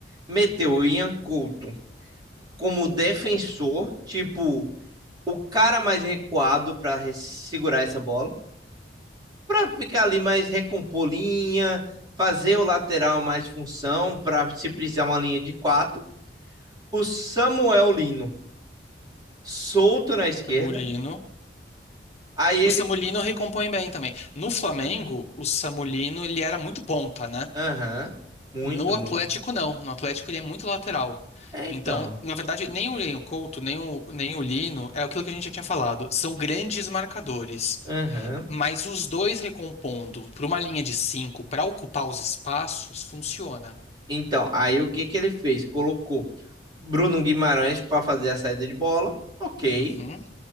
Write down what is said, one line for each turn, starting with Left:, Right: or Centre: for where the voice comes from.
Right: Meteu o Ian Couto como defensor, tipo, o cara mais recuado para segurar essa bola, para ficar ali mais recompor linha, fazer o lateral mais função, para se precisar uma linha de quatro. O Samuel Lino solto na esquerda.
Left: Samulino.
Right: Aí ele.
Left: O Samulino recompõe bem também. No Flamengo,
Right: Aham.
Left: o Samulino ele era muito ponta, né?
Right: Aham. Muito,
Left: No
Right: muito.
Left: Atlético, não. No Atlético, ele é muito lateral.
Right: É, então.
Left: Então, na verdade, nem o Ian Couto, nem o, nem o Lino, é aquilo que a gente já tinha falado. São grandes marcadores.
Right: Aham.
Left: Mas os dois recompondo para uma linha de cinco para ocupar os espaços, funciona.
Right: Então, aí o que que ele fez? Colocou Bruno Guimarães para fazer a saída de bola. Ok.
Left: Uhum,